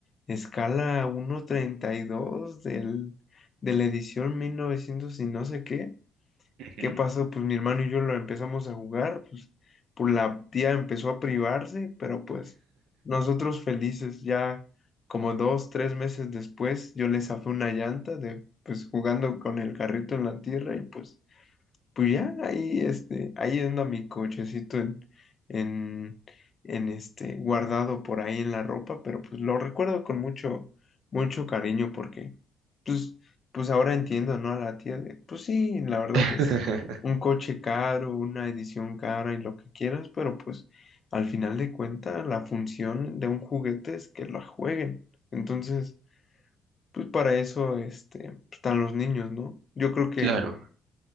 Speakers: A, on the left; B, on the right.
A: escala uno treinta y dos del, de la edición 1900 y no sé qué.
B: ujú.
A: ¿Qué pasó? Pues mi hermano y yo lo empezamos a jugar, pues, pues la tía empezó a privarse, pero pues nosotros felices, ya como dos, tres meses después, yo le zafé una llanta de, pues jugando con el carrito en la tierra y pues pues ya, ahí, este, ahí anda mi cochecito en, en, en este, guardado por ahí en la ropa, pero pues lo recuerdo con mucho, mucho cariño porque, pues, pues ahora entiendo, ¿no? A la tía de, pues sí, la verdad
B: <laughs>
A: es un coche caro, una edición cara y lo que quieras, pero pues al final de cuentas la función de un juguete es que lo jueguen. Entonces, pues para eso, este, pues, están los niños, ¿no? Yo creo que
B: Claro,